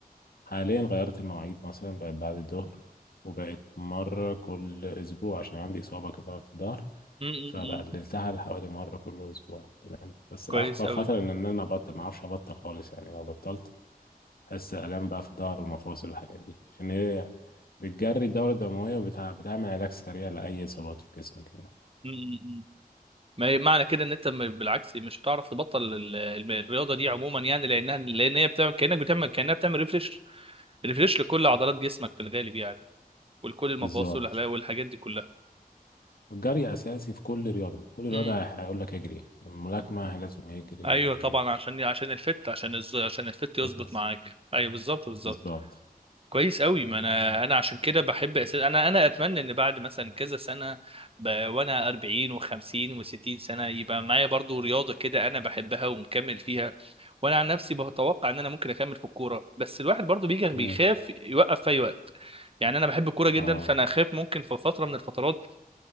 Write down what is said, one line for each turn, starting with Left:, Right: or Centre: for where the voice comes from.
Left: حاليا غيرت المواعيد مثلا بقت بعد الظهر وبقت مرة كل أسبوع عشان عندي إصابة كده في الظهر
Right: امم امم
Left: فبقللتها
Right: امم.
Left: لحوالي مرة كل أسبوع تمام بس
Right: كويس
Left: أخطر
Right: قوي
Left: خطر إن إن أنا أبطل معرفش أبطل خالص يعني لو بطلت أحس آلام بقى في الظهر والمفاصل والحاجات دي عشان هي بتجري الدورة الدموية وبتعمل علاج سريع لأي إصابات في جسمك يعني
Right: امم امم، امم. ما هي- معنى كده ان انت م- بالعكس مش هتعرف تبطل ال- ال- الرياضة دي عموما يعني لانها لان هي بتعمل كانك بتعمل كانها بتعمل ريفريش ريفريش لكل عضلات جسمك في الغالب يعني ولكل المفاصل
Left: بالظبط
Right: والحاجات دي كلها
Left: والجري أساسي في كل رياضة كل
Right: امم
Left: رياضة هيقول لك اجري الملاكمة لازم يجري
Right: ايوه طبعا عشان عشان الفت عشان الز... عشان الفت يظبط
Left: الفتنس
Right: معاك ايوه بالظبط بالظبط
Left: بالظبط
Right: كويس قوي ما انا انا عشان كده بحب أس... انا انا اتمنى ان بعد مثلا كذا سنه ب... وانا 40 و50 و60 سنه يبقى معايا برضو رياضه كده انا بحبها ومكمل فيها وانا عن نفسي بتوقع ان انا ممكن اكمل في الكوره بس الواحد برضو بيجي بيخاف
Left: مم.
Right: يوقف في اي وقت يعني انا بحب الكوره جدا
Left: اه
Right: فانا اخاف ممكن في فتره من الفترات